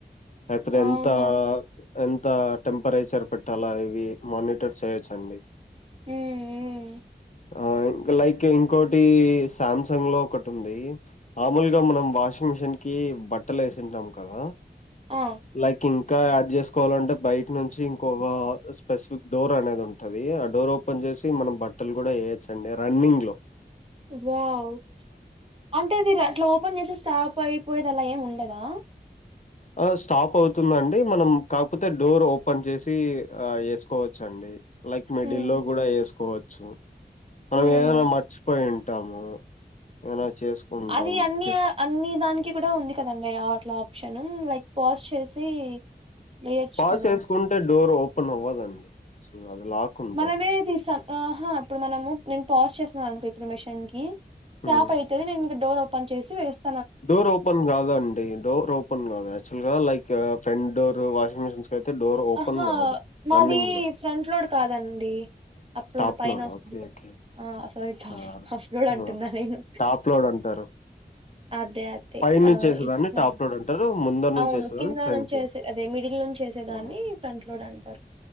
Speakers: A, on the left; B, on the right.
A: అసలు
B: అవునవును
A: ఎంత అసలు ఎంత టెంపరేచర్ పెట్ట అలా ఇవి మానిటర్ చేయొచ్చండి
B: ఉమ్ ఉమ్
A: ఆ లైక్ ఇంకోటి సామ్సంగ్ లో ఒకటి ఉంది మామూలుగా మనం వాషింగ్ మిషిన్ కి బట్టలు వేసిన్టామ్ కద
B: ఆ
A: లైక్ ఇంకా యాడ్ చేసుకోవాలంటే బయట నుంచి ఒక స్పెసిఫిక్ డోర్ అనేది ఉంటది ఆ డోర్ ఓపెన్ చేసి మనం బట్టలు కూడా వేయొచ్చండి ర ఇంగ్లో
B: వావ్ అంటే అది అట్లా ఓపెన్ చేసిే స్టాప్ అయిపోయేది అలా ఏమి ఉండదా
A: ఆ స్టాప్ అవుతుందండి మనం కాకపోతే డోర్ ఓపెన్ చేసి ఆ వేసుకోవచ్చ అండి లైక్ మిడిల్
B: హ్మ్
A: లో కూడా వేసుకోవచ్చు మనం
B: హ్మ్
A: ఏదైనా మర్చిపోయి ఉంటాము. ఏమైనా చేసుకుంటాం
B: అది అన్ని
A: చేస్
B: అన్ని దానికి కూడా ఉంది కదండి అట్లా ఆప్షను లైక్ పాస్ చేసి వేయొచ్చు
A: పాస్
B: కదా
A: చేసుకుంటే డోర్ ఓపెన్ అవ్వదండి అసలు అది లాక్ ఉంటది.
B: మనమే తీస్తాం ఆహా ఇప్పుడు మనము నేను పాస్ చేస్తున్నాను అనుకో ఇప్పుడు మిషన్ కి స్టాప్
A: హ్మ్.
B: అయితే నేను మీకు డోర్ ఓపెన్ చేసి వేస్తా
A: డోర్ ఓపెన్ కాదు అండి డోర్ ఓపెన్ కాదు యాక్చువల్ గా like front door washing machines కి అయితే డోర్ ఓపెన్
B: ఆహా
A: కాదు
B: మాది
A: రన్నింగ్ లో
B: ఫ్రంట్ లోడ్ కాదండి అప్ లోడ్
A: టాప్
B: పైన వస్తుంది
A: ఓకే
B: కదా
A: ఓకే
B: ఆ సారి
A: ఆ
B: హఫలోడ్ అంటున్నా
A: ఆ,
B: నేను
A: టాప్ లోడ్ అంటారు
B: అదే అదే
A: పైనుంచి వేసేదాన్ని
B: ఇట్స్ మై
A: టాప్
B: మిస్టేక్
A: లోడ్ అంటారు ముందర నుంచి
B: అవును
A: వేసేదాన్ని
B: కింద
A: ఫ్రంట్
B: నుంచి
A: లోడ్
B: అదే మిడిల్ నుంచి చేసే దాన్ని
A: ఆ,
B: ఫ్రంట్ లోడ్ అంటారు